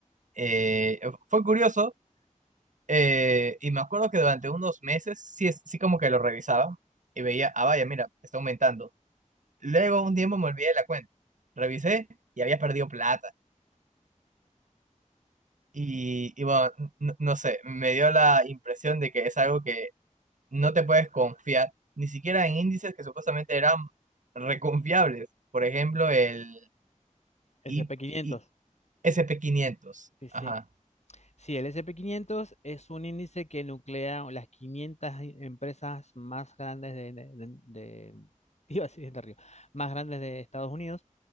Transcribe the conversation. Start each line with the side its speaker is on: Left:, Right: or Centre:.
Right: Eh, fue curioso Eh, y me acuerdo que durante unos meses sí, es- sí como que lo revisaba y veía, ah, vaya, mira, está aumentando. Luego un tiempo me olvidé de la cuenta. Revisé y había perdido plata. Y, y bueno, no, no sé, me dio la impresión de que es algo que no te puedes confiar, ni siquiera en índices que supuestamente eran reconfiables. Por ejemplo, el
Left: el
Right: I-
Left: sp quinientos
Right: I- s and p quinientos
Left: Sí, sí.
Right: Ajá,
Left: Sí, el sp quinientos es un índice que nuclea las 500 i- empresas más grandes de, de- de- de- <laughs> iba a decir de Río, más grandes de Estados Unidos.